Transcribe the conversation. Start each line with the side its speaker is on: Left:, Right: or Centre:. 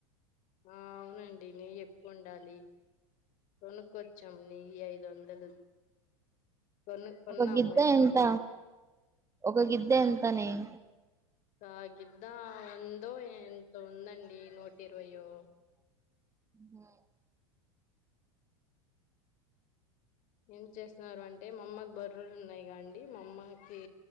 Left: ఆ అవునండి నెయ్యి ఎక్కువ ఉండాలి కొనుక్కచ్చాం నెయ్యి ఐదు వందలు కొను కొన్నాము
Right: ఒక గిద్ద ఎంత
Left: నెయ్యి
Right: ఒక గిద్ద ఎంత నెయ్యి
Left: కాగిద్ద ఉందో ఎంత ఉందండి నూటి ఇరవయో
Right: హ
Left: ఏం చేస్తున్నారు అంటే మా అమ్మకి బర్రులు ఉన్నాయి కాండి మా అమ్మకి